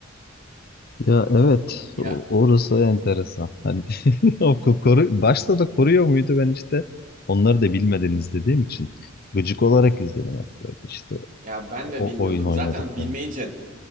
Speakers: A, on the left; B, on the right.
A: Ya evet,
B: Ya
A: o- orası enteresan. Hani <laughs> o ko- koru, başta da koruyor muydu ben işte onları da bilmeden izlediğim için gıcık olarak izledim hep böyle işte
B: ya ben
A: o
B: de bilmiyordum.
A: oyun oynadık
B: Zaten bilmeyince
A: ben.